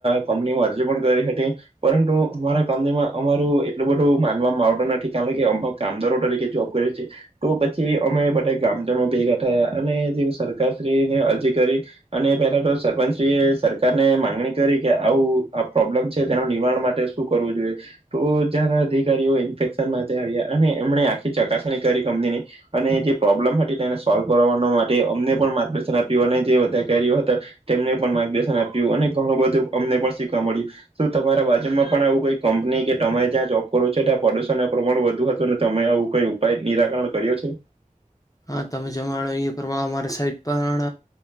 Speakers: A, on the right; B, on the left.
A: કંપનીમાં અરજી પણ કરી હતી પરંતુ અમારા કંપનીમાં અમારું એટલું બધું માનવામાં આવતું નથી કારણ કે અમે કામદારો તરીકે જોબ કર છે તો પછી અમે બધા ગામજનો ભેગા થયા અને જે. ને અરજી કરી અને પેલા તો સરપંચશ્રી એ સરકારને માંગણી કરી કે આવું આ પ્રોબ્લમ છે તેના નિવારણ માટે શું કરવું જોઈએ તો જ અધિકારીઓ ઇન્ફેશન માટે આવ્યા અને એમણે આખી ચકાસણી કરી કંપનીની અને જે પ્રોબ્લમ હતી તેને સોલ્વ કરવાનો માટે અમને. પણ માર્ગદર્શન આપ્યું અને જે અધિકારીઓ હતા તેમને પણ માર્ગદર્શન આપ્યું અને ઘણું બધું અમને પણ શીખવા મળ્યું, શું તમારા બાજુ માં પણ આવું કઈ કંપની કે તમે જ્યાં જોબ કરો છો ત્યાં પ્રદુષણ પ્રમાણ વધુ હતું અને તમે આવું કઈ ઉપાય નિરાકરણ કર્યો છે?
B: હા તમે જણાવ્યું એમા અમારી સાઈડ પણ